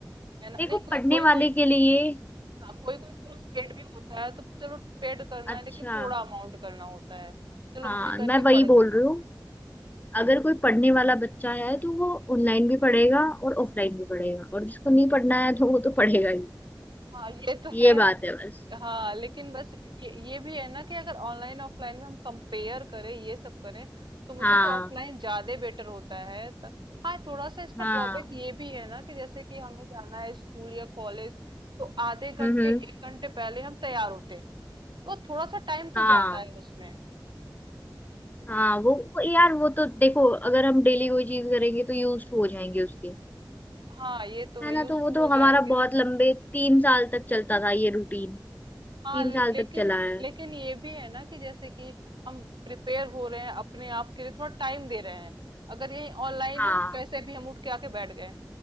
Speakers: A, on the right; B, on the left.
A: है ना
B: देखो
A: नहीं कोई
B: पढ़ने
A: कोई
B: वाले
A: कोई
B: के लिए
A: हाँ कोई कोई कोर्स पेड भी होता है तो चलो पेड करना
B: अच्छा
A: है लेकिन थोड़ा अमाउंट करना होता है चलो
B: हाँ
A: मैंने
B: मैं
A: करके
B: वही
A: पढ़ लिया
B: बोल रही हूँ अगर कोई पढ़ने वाला बच्चा है तो वो ऑनलाइन भी पढ़ेगा और ऑफलाइन भी पढ़ेगा और जिसको नहीं पढ़ना है तो वो तो पढ़ेगा ही
A: हाँ ये तो
B: ये
A: है
B: बात है बस
A: हाँ लेकिन बस ये ये भी है ना कि अगर ऑनलाइन ऑफलाइन में हम कंपेयर करें ये सब करें तो मुझे
B: हाँ
A: तो ऑफलाइन ज्यादा बेटर होता है त- हाँ थोड़ा सा इसका
B: हाँ
A: ड्रॉबैक ये भी है ना कि जैसे कि हमें जाना है स्कूल या कॉलेज तो आधे घंटे
B: हम्म हम्म
A: एक घंटे पहले हम तैयार होते हैं तो थोड़ा सा टाइम तो
B: हाँ
A: जाता है उसमें
B: हाँ वो, वो यार वो तो देखो अगर हम डेली कोई चीज करेंगे तो यूज हो जाएंगे उसके
A: हाँ ये तो
B: है
A: है
B: ना
A: यूज
B: तो वो
A: टू
B: तो
A: हो
B: हमारा
A: जाएंगे
B: बहुत लंबे तीन साल तक चलता था ये रूटीन तीन
A: हाँ लेकिन
B: साल तक चला है
A: लेकिन ये भी है ना कि जैसे कि हम प्रिपेयर हो रहे हैं अपने आप के लिए थोड़ा टाइम दे रहे हैं अगर यही ऑनलाइन
B: हाँ
A: हो कैसे भी हम उठ के आके बैठ गए